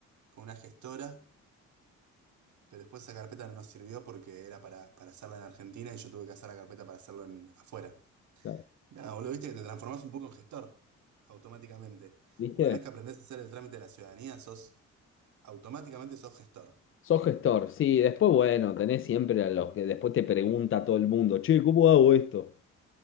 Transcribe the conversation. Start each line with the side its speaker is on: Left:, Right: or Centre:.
Right: con una gestora, pero después esa carpeta no nos sirvió porque era para, para hacerla en Argentina y yo tuve que hacer la carpeta para hacerlo en, afuera.
Left: Claro.
Right: Nada, boludo, viste que te transformás un poco en gestor. Automáticamente.
Left: ¿Viste?
Right: Una vez que aprendés a hacer el trámite de la ciudadanía, sos automáticamente sos gestor.
Left: Sos gestor, sí, después bueno, tenés siempre a los que después te pregunta todo el mundo, che, ¿cómo hago esto?